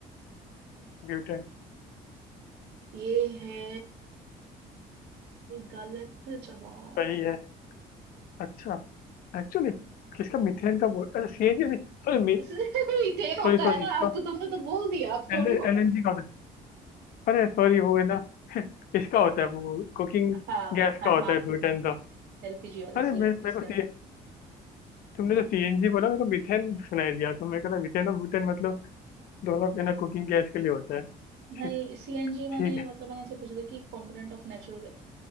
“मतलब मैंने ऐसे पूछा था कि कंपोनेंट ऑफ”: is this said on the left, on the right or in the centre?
Right